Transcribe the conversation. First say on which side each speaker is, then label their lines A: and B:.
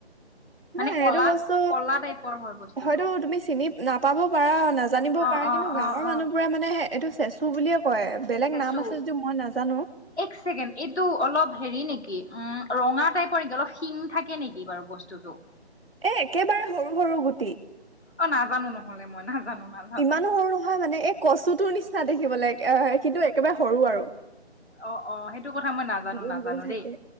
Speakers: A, on the left; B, on the right.
A: মানে
B: নাই
A: কলাত
B: এইটো বস্তু
A: কলা টাইপৰ হয় বস্তুটো
B: হয়টো তুমি চিনি নাপাবও পাৰা
A: অ অ অ অ
B: কয় বেলেগ
A: চেচু,
B: নাম আছে যদিও মই নাজানো
A: এক ছেকেণ্ড এইটো অলপ হেৰি নেক উম ৰঙা টাইপৰ নেকি অলপ শিং থাকে নেকি বাৰু বস্তুটো?
B: এ একেবাৰে সৰু সৰু গুটি।
A: অঁ নাজানো নহলে মই নাজানো। নাজানো
B: ইমানো সৰু নহয় মানে, এই কচুটোৰ নিচিনা দেখিবলৈ এ কিন্তু একেবাৰে সৰু আৰু।
A: অঁ অঁ সেইটো কথা মই নাজানো
B: গোল
A: নাজানো
B: গোল থাকে
A: দেই